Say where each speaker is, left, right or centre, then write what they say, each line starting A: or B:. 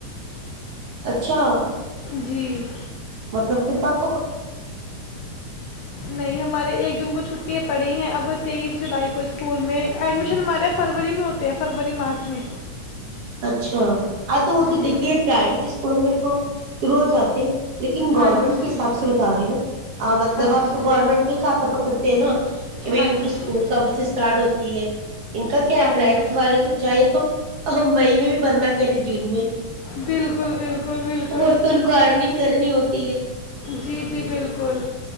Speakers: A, on the right; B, on the left.
A: اچھا
B: جی
A: مطلب کہ سب
B: نہیں ہمارے ایک جون کو چھٹی پڑھی ہیں اب تیئیس جولائی کو اسکول میں ایڈمیشن ہمارے فروری میں ہوتے ہیں فروری مارچ میں
A: اچھا ا تو وہ تو
B: جی
A: دیکھیے پرائیویٹ اسکولوں میں تو شروع ہو جاتی لیکن گورنمنٹ
B: ہاں جی
A: کے حساب سے بتا رہی ہ ہ مطلب
B: اچھا
A: ہم تو گورنمنٹ کا ہی کھاتہ پکڑتے ہیں نا کہ بھائی
B: ہاں
A: ان کے اسکول
B: جی
A: کب سے اسٹارٹ ہوتی ہے ان کا کیا ہے
B: ہاں
A: پرائیویٹ
B: جی
A: والے کو چاہیے تو مئی میں بھی بندنا کرے جون میں
B: بالکل بالکل بالکل
A: وہ تو ان کو آڈننگ کرنی ہوتی ہے
B: جی جی بالکل